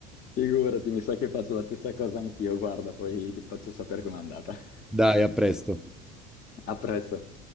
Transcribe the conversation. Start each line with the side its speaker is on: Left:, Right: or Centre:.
Left: Figurati, mi sa che faccio la stessa cosa anch'io, guarda, poi ti faccio sapere com'è andata. <laughs>
Centre: Dai, a presto.
Left: A presto.